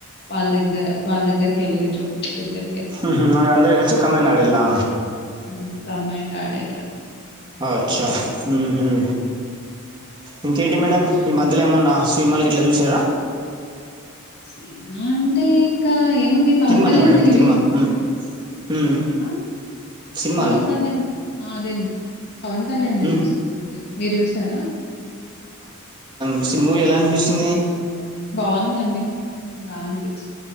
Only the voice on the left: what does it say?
వాళ్ళ దగ్గర వాళ్ళ దగ్గరకి వెళ్ళిర్రు దగ్గర
హ్మ్. కంబైన్డ్ ఆడిండ్రు
సిన్మా అంటే ఇంకా ఏముంది పవన్
కళ్యాణ్‌ది
రిలీజ్
ఆ!
పవన్ కళ్యాణ్ ఆ అదే పవన్ కళ్యాణ్
చూసానండి మీరు చూసారా
బాగుందిండి బాన తెచ్చ